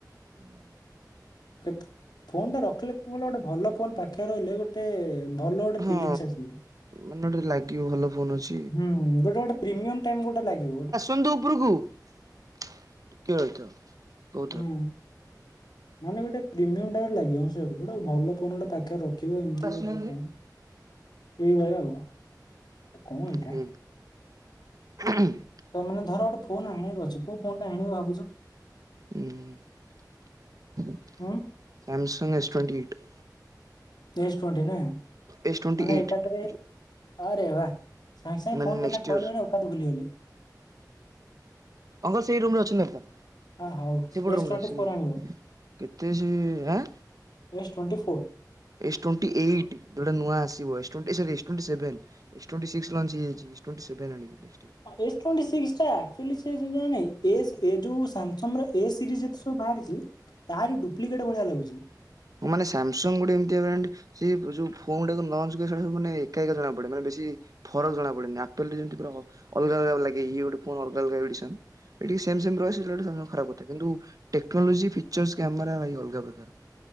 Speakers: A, on the right (about 55°); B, on the left (about 75°).
A: ହଁ।
B: କେତେ ଫୋନ ଟା ରଖିଲେ କଣ ଗୋଟେ ଭଲ ଫୋନ୍ ପାଖରେ ରଇଲେ ଗୋଟେ ଭଲ ଗୋଟେ
A: ହଁ
B: ଫିଲିଙ୍ଗସ୍ ଆସିବ।
A: ମାନେ ଗୋଟେ ଲାଗିବ ଭଲ ଫୋନ୍ ଅଛି।
B: ହୁଁ ଗୋଟେ ଗୋଟେ ପ୍ରିମିୟମ୍ ଟାଇମ୍ ଗୋଟେ ଲାଗିବ। ଗୋଟେ
A: ଉନ୍ତୁ ଉପୁରୁକୁ ଟିକିଏ ରହିଥାଅ। କହୁଥାଅ।
B: ହୁଁ ମାନେ ଗୋଟେ ପ୍ରିମିୟମ୍ ଟାଇପ୍ ର ଲାଗିବ। ସେ ଗୋଟେ ଭଲ ଫୋନ୍ ଗୋଟେ ପାଖରେ ର ଦେଖିବ ଏମତି
A: ଅଙ୍କଲ୍ ଆସୁନାହାନ୍ତି।
B: ଗୋଟେ କଣ? ଏଇ ଭଳିଆ ଆଉ କଣ ଏଇଟା?
A: ହୁଁ <inaudible>
B: ତ ମାନେ ଧର ଗୋଟେ ଫୋନ୍ ଆଣିବାର ଅଛି। କୋଉ ଫୋନ୍ ଟା ଆଣିବ ଭାବୁଛ?
A: ହୁଁ।
B: ହୁଁ।
A: Samsung S twenty eight.
B: S twenty ନା
A: ଏସ୍ ଟ୍ୱେଣ୍ଟି
B: ମାନେ
A: ଏଇଟ୍
B: ଏକାତରେ
A: ଯୋଉ
B: ଆରେ ବା। ସାଙ୍ଗ ସାଙ୍ଗେ
A: ମାନେ
B: ଫୋନ୍
A: ନେକ୍ସଟ୍
B: କଥା
A: ଇୟର୍।
B: କହିଲି ମାନେ, ଓକାତ୍ ଭୁଲିଗଲେ।
A: ଅଙ୍କଲ୍ ସେଇ ରୁମରେ ଅଛନ୍ତି ବାପା।
B: ଆ ହଉ
A: ସେପଟୁ
B: ଏସ୍
A: ରୁମ୍
B: ଟ୍ୱେଣ୍ଟି
A: ରେ ଆସିକି
B: ଫୋର୍ ଆଣିବ
A: କେତେ ସେ ଆଁ
B: ଏଜସ୍ twenty four.
A: S twenty eight, ଯୋଉଟା ନୂଆ ଆସିବ। S twenty S twenty seven. S twenty six launch ହେଇ ଯାଇଚି। ଏସ୍ ଟ୍ୱେଣ୍ଟି ସେଭେନ୍ ଆଣିବି next year.
B: S twenty six ଟା ଏ ଯୋଉ ସାମ୍ସଙ୍ଗ ର ଏ ସିରିଜ୍ ଏକ୍ସ ଯୋଉ ବାହାରିଚି। ତା ରି ଡୁପ୍ଲିକେଟ୍ ଭଳିଆ ଲାଗୁଜି।
A: ମାନେ ସାମସଙ୍ଗ ଗୋଟେ ଏମିତିଆ ବ୍ରାଣ୍ଡ ସେ ଯୋଉ ଫୋନ୍ ଟାକୁ ଲଞ୍ଚ ସବୁ ମାନେ ଏକା ଏକା ଜଣା ପଡ଼େ। ମାନେ ବେଶୀ ଫରକ୍ ଜଣା ପଡ଼େନି ଆପଲ୍ ରେ ଯେନ୍ତି ପୂରା ଅଲଗା ଅଲଗା ଲାଗେ। ଇଏ ଗୋଟେ ଫୋନ୍ ଅଲଗା ଅଲଗା ଏଡ଼ିସନ୍। ଏ ଟିକେ ସେମ୍ ସେମ୍ ରଏ ସିଲେକ୍ଟ ସନ ଖରାପ କର୍ ଥାଏ। କିନ୍ତୁ ଟେକ୍ନୋଲୋଜି ଫିଚର୍ସ କ୍ୟାମେରା ଭାଇ ଅଲଗା ପ୍ରକାର।